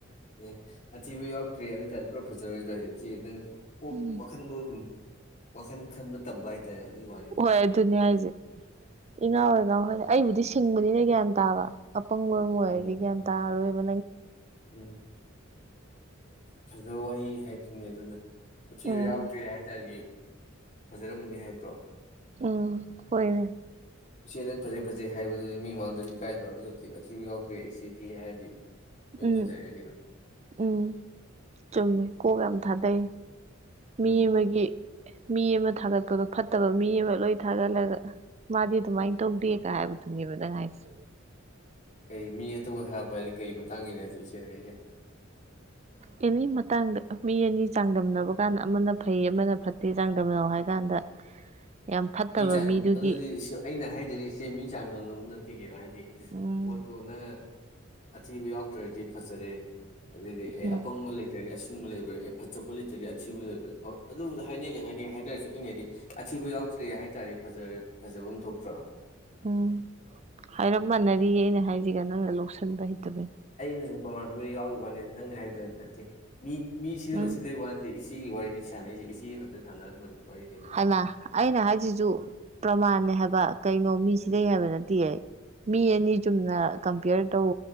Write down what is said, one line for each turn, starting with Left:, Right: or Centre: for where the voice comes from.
Left: ꯑꯦ ꯑꯊꯤꯕ ꯌꯥꯎꯛꯇ꯭ꯔꯦ ꯑꯗꯨ ꯇꯥꯔꯦ ꯄꯨꯔꯞ ꯐꯖꯔꯣꯏꯗꯔꯣ ꯍꯥꯏꯁꯦ ꯏꯆꯦ ꯅꯪ ꯀꯣ
Right: ꯎꯝ
Left: ꯋꯥꯈꯟꯗ ꯍꯨꯟ ꯋꯥꯈꯟ ꯈꯟꯕ ꯇꯝꯕ ꯍꯥꯏꯇꯥꯔꯦ ꯑꯗꯨꯒꯤ ꯋꯥꯅꯤꯗ
Right: ꯍꯣꯏ ꯑꯗꯨꯅꯦ ꯍꯥꯏꯁꯦ ꯏꯉꯥꯎ ꯍꯦꯛ ꯉꯥꯎꯋꯦ ꯍꯥꯏꯕ ꯑꯩꯕꯨꯗꯤ ꯁꯤꯡꯕꯅꯤꯅ ꯒ꯭ꯌꯥꯟ ꯇꯥꯕ ꯄꯪꯕ ꯑꯣꯏꯔꯗꯤ
Left: ꯎꯝ
Right: ꯒ꯭ꯌꯥꯟ ꯇꯔꯔꯣꯏ <inaudible>
Left: ꯎꯝ ꯐꯖꯕ ꯋꯥꯍꯩꯅꯤ ꯍꯥꯏꯗ꯭ꯣꯏꯅꯦ ꯑꯗꯨꯅ ꯊꯤꯕ
Right: ꯎꯝ
Left: ꯌꯥꯎꯗ꯭ꯔꯦ ꯍꯥꯏꯇꯥꯔꯗꯤ ꯐꯖꯔꯝꯕꯅꯤ ꯍꯥꯏꯕ꯭ꯔꯣ
Right: ꯎꯝ ꯍꯣꯏꯅꯦ
Left: ꯏꯆꯦ ꯅꯪ ꯐꯖꯩ ꯐꯖꯩ ꯍꯥꯏꯕꯗꯨꯗꯤ ꯃꯤ ꯃꯥꯡꯗꯁꯨ ꯏꯀꯥꯏꯗ꯭ꯔꯣ ꯑꯗꯨꯏ ꯁꯔꯨꯛꯄꯨꯗꯤ ꯑꯊꯤꯕ ꯌꯥꯎꯗ꯭ꯔꯦ ꯏꯆꯦꯗꯤ ꯍꯥꯏꯔꯗꯤ ꯂꯣꯏ
Right: ꯎꯝ
Left: ꯐꯖꯔꯦ ꯀꯩꯅꯣ
Right: ꯎꯝ ꯆꯨꯝꯃꯤ ꯀꯣꯛ ꯌꯥꯝ ꯊꯥꯗꯩꯌꯦ
Left: ꯎꯝ
Right: ꯃꯤ ꯑꯃꯒꯤ ꯃꯤ ꯑꯃ ꯊꯥꯒꯠꯄꯗꯣ ꯐꯠꯇꯕ ꯃꯤ ꯑꯃ ꯂꯣꯏ ꯊꯥꯒꯠꯂꯒ ꯃꯥꯗꯤ ꯑꯗꯨꯃꯥꯏꯅ ꯇꯧꯗꯦꯒ ꯍꯥꯏꯕꯗꯨꯅꯦꯕ ꯅꯪ ꯍꯥꯏꯁꯦ
Left: ꯀꯔꯤ ꯃꯤ ꯑꯇꯣꯞꯄ ꯊꯥꯒꯠꯄ ꯍꯥꯏꯗꯤ ꯀꯔꯤ ꯃꯇꯥꯡꯒꯤꯅ ꯍꯥꯏꯁꯦ ꯏꯆꯦꯅ ꯍꯥꯏꯁꯦ
Right: ꯀꯩꯒꯨꯝ ꯀꯥꯟꯗ ꯃꯤ ꯑꯅꯤ ꯆꯥꯡꯗꯝꯅꯕ ꯀꯥꯟꯗ ꯑꯃꯅ ꯐꯩ ꯑꯃꯅ ꯐꯠꯇꯦ ꯆꯥꯡꯗꯝꯅꯕ ꯍꯥꯏ ꯀꯥꯟꯗ ꯌꯥꯝ ꯐꯠꯇꯕ
Left: ꯃꯤ ꯆꯥꯡ
Right: ꯃꯤꯗꯨꯒꯤ
Left: ꯑꯗꯨꯗꯤ ꯑꯩꯅ ꯍꯥꯏꯗꯗꯤ ꯏꯆꯦ ꯃꯤ ꯆꯥꯡꯗꯝꯅꯕ ꯅꯠꯇꯦ ꯀꯩꯅꯣ ꯍꯥꯏꯗꯤ
Right: ꯎꯝ
Left: ꯄꯣꯠꯇꯣ ꯅꯪ ꯑꯊꯤꯕ ꯌꯥꯎꯗ꯭ꯔꯗꯤ ꯐꯖꯔꯦ ꯑꯗꯨꯗꯤ ꯑꯦ
Right: ꯎꯝ
Left: ꯑꯄꯪꯕ ꯂꯩꯇ꯭ꯔꯗꯤ ꯑꯁ ꯎꯡꯕ ꯂꯩꯕ꯭ꯔ ꯑꯦ ꯐꯠ ꯆꯠꯄ ꯂꯩꯇ꯭ꯔꯗꯤ ꯑꯊꯤꯕ ꯂꯩꯕ꯭ꯔ ꯍꯣꯏ ꯑꯗꯨꯕꯨ ꯍꯥꯏꯅꯩꯗꯤ ꯍꯥꯏꯅꯩ ꯍꯥꯏꯅꯔꯁꯨ ꯑꯩꯅ ꯍꯥꯏꯗꯤ ꯑꯊꯤꯕ ꯌꯥꯎ ꯇ꯭ꯔꯦ ꯍꯥꯏ ꯇꯥꯔꯗꯤ ꯐꯖꯔ ꯐꯖꯕꯝ ꯊꯣꯛꯇ꯭ꯔꯣ꯫
Right: ꯎꯝ ꯍꯥꯏꯔꯞ ꯃꯥꯟꯅꯔꯤꯌꯦ ꯑꯩꯅ ꯍꯥꯏꯁꯤꯒ ꯅꯪꯅ ꯂꯧꯁꯟꯕ ꯍꯩꯇꯕꯩ꯫
Left: ꯑꯩꯅ ꯁꯨꯝ ꯄ꯭ꯔꯃꯥꯟ ꯄꯤꯕ ꯌꯥꯎꯒꯤ ꯋꯥꯅꯦ ꯅꯪ ꯍꯥꯏꯗꯨ ꯅꯠꯇꯦ ꯃꯤ ꯃꯤ ꯁꯤꯗ
Right: ꯎꯝ
Left: ꯁꯤꯗꯕꯩ ꯋꯥ ꯅꯠꯇꯦ ꯆꯦꯒꯤ ꯋꯥꯔꯤꯅꯤ ꯁꯥꯟꯅꯔꯤꯁꯦ ꯏꯆꯦ ꯈꯛꯇ ꯁꯥꯟꯅꯔꯝꯕꯅꯦ ꯋꯥꯔꯤꯁꯦ
Right: ꯍꯥꯏꯃ ꯑꯩꯅ ꯍꯥꯏꯁꯤꯁꯨꯨ ꯄ꯭ꯔꯃꯥꯟꯅꯦ ꯍꯥꯏꯕ ꯀꯩꯅꯣ ꯃꯤ ꯁꯤꯗꯩꯌꯦ ꯍꯥꯏꯕ ꯅꯠꯇꯤꯌꯦ ꯃꯤ ꯑꯅꯤ ꯆꯨꯝꯅ ꯀꯝꯄꯤꯌꯔ ꯇꯧ